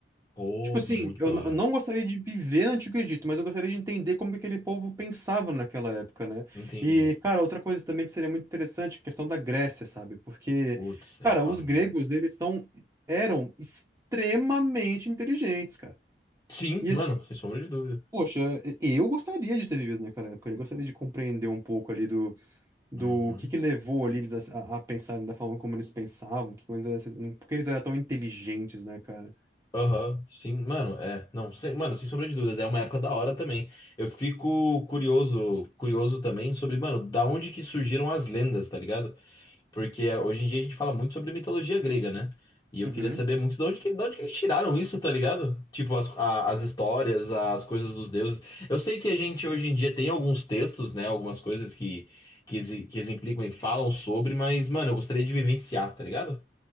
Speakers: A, on the left (about 25°); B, on the right (about 20°).
A: Oh,
B: Tipo assim,
A: muito
B: eu,
A: da
B: n-
A: hora.
B: eu não gostaria de viver no Antigo Egito, mas eu gostaria de entender como que aquele povo pensava naquela época, né?
A: Entendi.
B: E, cara, outra coisa também que seria muito interessante é a questão da Grécia, sabe? Porque,
A: Putz, nem
B: cara,
A: fale,
B: os gregos,
A: mano.
B: eles são, eram extremamente inteligentes, cara.
A: Sim,
B: E
A: mano,
B: assim,
A: sem sombra de dúvida.
B: poxa, e- eu gostaria de ter vivido naquela época, eu gostaria de compreender um pouco ali do, do
A: Uhum.
B: que que levou ali eles a, a a pensarem da forma como eles pensavam, que coisa- porque eles eram tão inteligentes, né, cara?
A: Aham, sim, mano, é, não, sem, mano, sem sombra de dúvidas, é uma época da hora também. Eu fico curioso, curioso também sobre, mano, da onde que surgiram as lendas, tá ligado? Porque é, hoje em dia a gente fala muito sobre mitologia grega, né? E eu
B: Uhum.
A: queria saber muito de onde que, de onde que eles tiraram isso, tá ligado? Tipo, as, a- as histórias, as coisas dos deuses. Eu sei que a gente hoje em dia tem alguns textos, né? Algumas coisas que, que, exi- que exemplificam e falam sobre, mas, mano, eu gostaria de vivenciar, tá ligado?